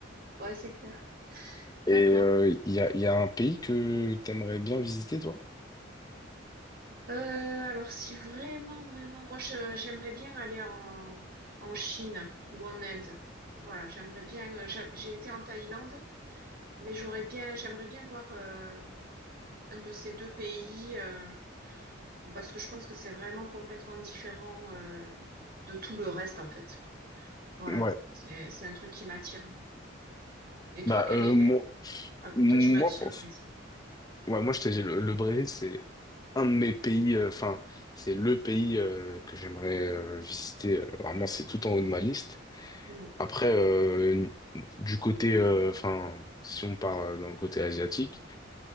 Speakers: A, on the right; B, on the left.
A: Ouais, c'est clair.
B: Et
A: D'accord.
B: euh, il y a, il y a un pays que t'aimerais bien visiter, toi?
A: Euh, alors si vraiment, vraiment, moi je j'aimerais bien aller en, en Chine ou en Inde. Voilà, j'aimerais bien. euh, j'a- J'ai été en Thaïlande, mais j'aurais bien, j'aimerais bien voir euh, un de ces deux pays euh, parce que je pense que c'est vraiment complètement différent euh, de tout le reste en fait. Voilà,
B: Ouais.
A: c'est c'est un truc qui m'attire. Et toi,
B: Bah,
A: quel
B: euh,
A: est...
B: moi,
A: ah,
B: moi,
A: toi tu m'as dit
B: France.
A: le Brésil.
B: Ouais, moi, je t'ai dit, le, le Brésil, c'est un de mes pays, euh, enfin, c'est le pays euh, que j'aimerais euh, visiter. euh, Vraiment, c'est tout en haut de ma liste.
A: Hmm.
B: Après, euh, du côté, euh, enfin, si on part euh, dans le côté asiatique,